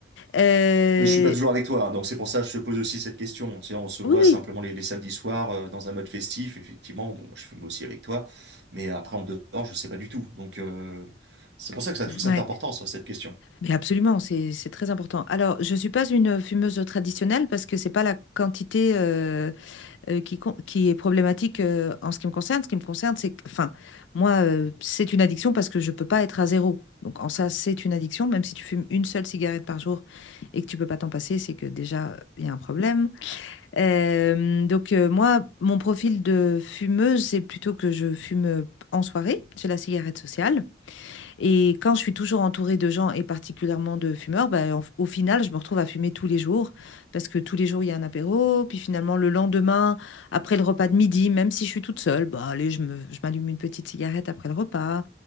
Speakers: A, on the left; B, on the right.
A: heu,
B: Mais je suis pas toujours avec toi, hein, donc c'est pour ça que je te pose aussi cette question. Tu sais, on se voit
A: oui, oui,
B: simplement les, les samedis soirs euh, dans un mode festif. Effectivement, bon, moi, je fume aussi avec toi, mais après en dehors, je sais pas du tout. Donc euh, c'est pour ça que ça
A: ouais,
B: a toute cette importance, hein, cette question.
A: mais absolument, c'est c'est très important. Alors, je ne suis pas une fumeuse traditionnelle parce que c'est pas la quantité, euh, euh, qui, con- qui est problématique euh, en ce qui me concerne. Ce qui me concerne, c'est que, enfin, moi, euh, c'est une addiction parce que je peux pas être à zéro. Donc, en ça, c'est une addiction. Même si tu fumes une seule cigarette par jour et que tu peux pas t'en passer, c'est que déjà, il y a un problème. Euh, donc, euh, moi, mon profil de fumeuse, c'est plutôt que je fume euh, en soirée. J'ai la cigarette sociale. Et quand je suis toujours entourée de gens et particulièrement de fumeurs, bah, en- au final, je me retrouve à fumer tous les jours parce que tous les jours, il y a un apéro. Puis finalement, le lendemain, après le repas de midi, même si je suis toute seule, bah, allez, je me- je m'allume une petite cigarette après le repas.